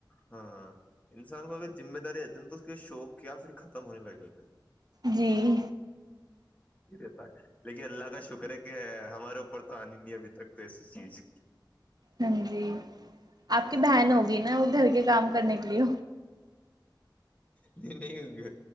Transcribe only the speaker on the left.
ہاں ہاں انسان کو اگر ذمہ داری آتی ن تو اس کے شوق کیا پھر ختم ہونے لگ جات ہیں
رہتا ہے لیکن اللہ کا شکر ہے کہ ہے ہمارے اوپر تو آنی ہی نہیں ابھی تک تو ایسی چیز
نہیں نہیں